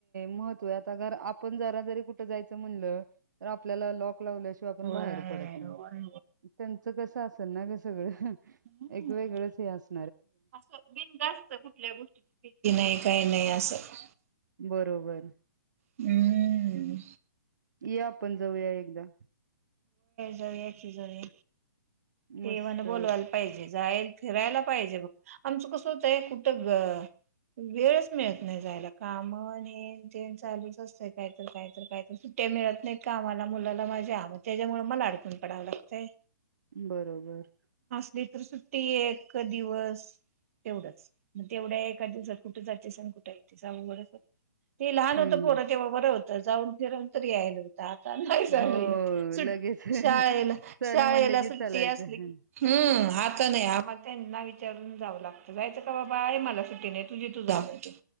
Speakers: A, on the right (about 70°); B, on the right (about 50°).
A: महत्व आहे, आता आपण जरा घरात. जरी कुठं जायचं म्हणलं, तर आपल्याला लॉक लावल्याशिवाय आपण
B: होय
A: बाहेर पडत नाही,
B: होय
A: त्यांच कसं असल ना ग सगळं.
B: होय
A: एक वेगळं हे असत.
B: असं बिनधास्त कुठल्या गोष्टीची भिती नाही. काही नाही असं.
A: बरोबर.
B: हम्म.
A: ये आपण जाऊया एकदा.
B: जाऊ या की जाऊया. देवाण
A: मस्त
B: बोलवायला पाहिजे, जायला फिरायला. पाहिजे बघ, आमचं कसं होतय? कुठं ग, वेळच मिळत नाही जायला काम हेन तेन चालूच असतय, कायतर- कायतर- कायतर सुट्ट्या मिळत नाहीत. कामाला मुलाला माझ्या आ म त्याच्यामुळ मला आड कुन पडाव लागतय.
A: बरोबर.
B: लई तर सुट्टी एक दिवस तेवढंच, मग तेवढ्या एका दिवसात कुठ जातीस आणि कुठ येतीस? अवघडच हाय. ते लहान
A: हम्म
B: होतं, पोर
A: हम्म
B: ते बर होत. तर जाऊन फिरूनन तर यायला व्हत. आता नाही जायाय
A: हो
B: येत. सुट
A: लगेच
B: शाळेला
A: चला
B: शाळेला
A: म्हणलं की
B: सुट्टी
A: चलायचं
B: असली की, हुम. आता नाही आ मग त्यांना विचारून जावं लागतं, जायचं का बाबा? आई मला सुटी नाही, तुझी तू जा म्हणते.